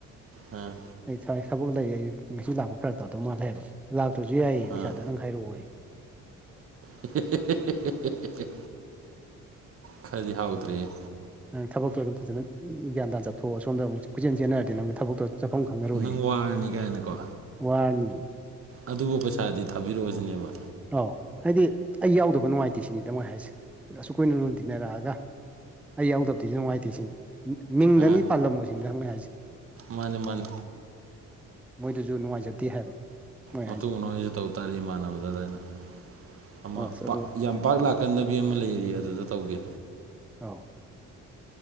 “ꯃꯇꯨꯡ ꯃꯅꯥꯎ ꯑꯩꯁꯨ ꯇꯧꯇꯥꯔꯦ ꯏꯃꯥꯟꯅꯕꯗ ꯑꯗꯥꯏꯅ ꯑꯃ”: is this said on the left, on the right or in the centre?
Right